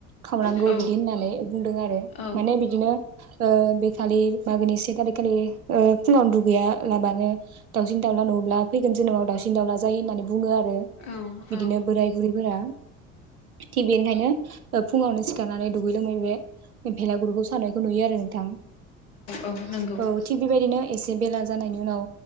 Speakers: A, on the right; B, on the left.
A: खावनांगौ
B: औ औ
A: बिदि होननानै बुंदों आरो
B: औ
A: माने बिदिनो ओ बेखालि मागोनि से थारिग खालि ओ फुङावनो दुगैया लाबानो दाउसिन दाउला नुब्ला फैगोन जोनोमाव दाउसिन दाउला जायो होननानै बुङो आरो
B: ओम
A: बिदिनो
B: औ
A: बोराय बुरैफोरा थिग बेनिखायनो फुङावनो सिखारनानै दुगैलोमो बे भेलागुरुखौ साननायखौ नुयो आरो नोंथां
B: औ
A: <unintelligible>
B: नंगौ
A: औ थिग बेबायदिनो एसे बेला जानायनि उनाव